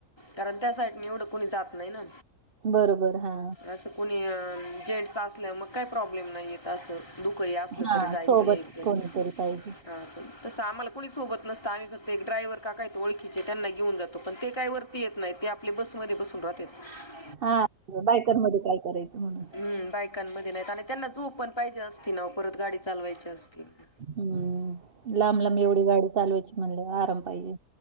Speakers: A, on the left; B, on the right.
A: कारण त्या साईट नी येवडं कुणी जात नाही ना
B: बरोबर हा
A: असं कुणी जेन्ट्स असल्या मग काही प्रॉब्लेम नाही येत असं धुकंही असलं
B: हां,
A: तरी जायचं
B: सोबत
A: यायचं
B: कोणीतरी पाहिजे.
A: हां तंस आम्हाला कोणी सोबत नसतं आम्ही फक्त ड्रायव्ह काका आहेत ओळखीचे त्यांना घेऊन जातो पण ते काही वरती येत नाही ते आ पले बसमध्ये बसून राहत्यात
B: हा बायकांमध्ये काय करायचं म्हणून.
A: हम् बायकांमध्ये नाहीत आणि त्यांना झोप पण पाहिजे असती ना परत गाडी चालवायची असती ना
B: हम्म लांब लांब एवढी गाडी चालवायची म्हणल्यावर आराम पाहिजे